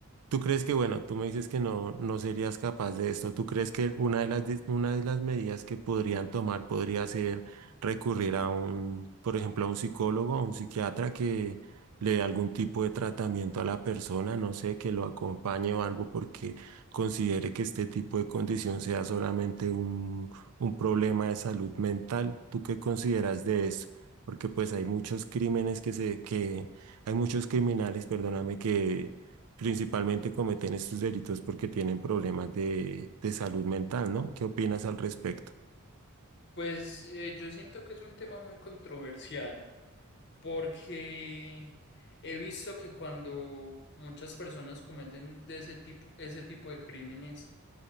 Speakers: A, on the right (about 80°); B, on the left (about 50°).
A: ¿Tú crees que, bueno, tú me dices que no, no serías capaz de esto? ¿Tú crees que una de las, dis- una de las medidas que podrían tomar podría ser recurrir a un, por ejemplo, a un psicólogo, a un psiquiatra que le dé algún tipo de tratamiento a la persona, no sé, que lo acompañe o algo porque considere que este tipo de condición sea solamente un, un problema de salud mental? ¿Tú qué consideras de eso? Porque pues hay muchos crímenes que se, que, hay muchos criminales, perdóname, que principalmente cometen estos delitos porque tienen problemas de, de salud mental, ¿no? ¿Qué opinas al respecto?
B: Pues eh, yo siento que es un tema muy controversial. porque he visto que cuando muchas personas cometen de ese tipo, ese tipo de crímenes,